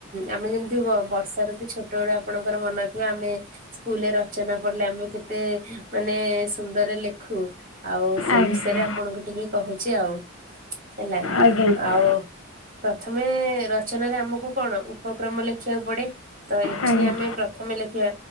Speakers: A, on the right; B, on the left.
A: ଆମେ ଯେମତି ବ ବର୍ଷାଋତୁ ଛୋଟବେଳେ ଆପଣଙ୍କର ମନେ ଥିବ ଆମେ ସ୍କୁଲରେ ରଚନା ପଡିଲେ ଆମେ କେତେ ମାନେ ସୁନ୍ଦରରେ ଲେଖୁ। ଆଉ ସେଇ
B: ଆଜ୍ଞା
A: ବିଷୟରେ ଆପଣଙ୍କୁ ଟିକେ କହୁଚି ଆଉ ହେଲା।
B: ଆଜ୍ଞା
A: ଆଉ ପ୍ରଥମେ ରଚନାରେ ଆମକୁ କଣ ଉପକ୍ରମ ଲେଖିଆକୁ ପଡେ। ତ ଏଠି
B: ଆଜ୍ଞା
A: ଆମେ ପ୍ର ଥମେ ଲେଖିବା